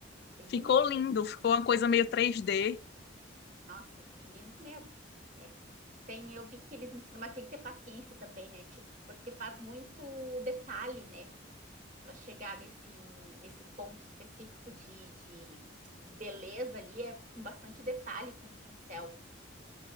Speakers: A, on the right; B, on the left.
A: Bem
B: Ficou
A: bonito
B: lindo,
A: mesmo.
B: ficou uma coisa meio 3D.
A: Nossa, lindo mesmo. É. Tem, eu vi que eles ensinam, mas tem que ter paciência também, né? Tipo, porque faz muito detalhe, né? para chegar nesse, nesse ponto específico de, de, de beleza ali é com bastante detalhe, com pincel.